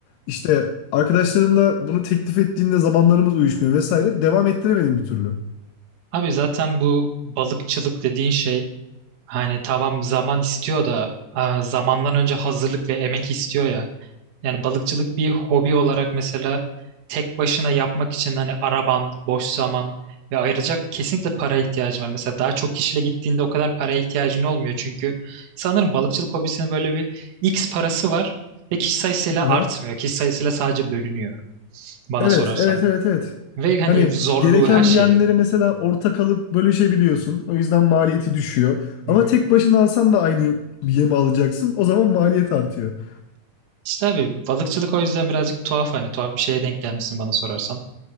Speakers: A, on the left; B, on the right.
A: İşte arkadaşlarımla bunu teklif ettiğinde zamanlarımız uyuşmuyor vesaire. Devam ettiremedim bir türlü.
B: Abi zaten bu balıkçılık dediğin şey hani tamam zaman istiyor da aa, zamandan önce hazırlık ve emek istiyor ya. Yani balıkçılık bir hobi olarak mesela tek başına yapmak için hani araban, boş zaman ve ayıracak kesinlikle para ihtiyacın var. Mesela daha çok kişiyle gittiğinde o kadar paraya ihtiyacın olmuyor. Çünkü sanırım balıkçılık hobisinin böyle bir X parası var ve kişi sayısıyla
A: Hı.
B: artmıyor. Kişi sayısıyla sadece bölünüyor bana
A: Evet,
B: sorarsan.
A: evet, evet, evet.
B: Ve hani
A: Hani
B: zorluğu
A: gereken
B: her şeyi.
A: yemleri mesela ortak alıp bölüşebiliyorsun. O yüzden maliyeti düşüyor.
B: Hı
A: Ama
B: hı.
A: tek başına alsan da aynı yemi alacaksın. O zaman maliyet artıyor.
B: İşte abi balıkçılık o yüzden birazcık tuhaf hani tuhaf bir şeye denk gelmişsin bana sorarsan.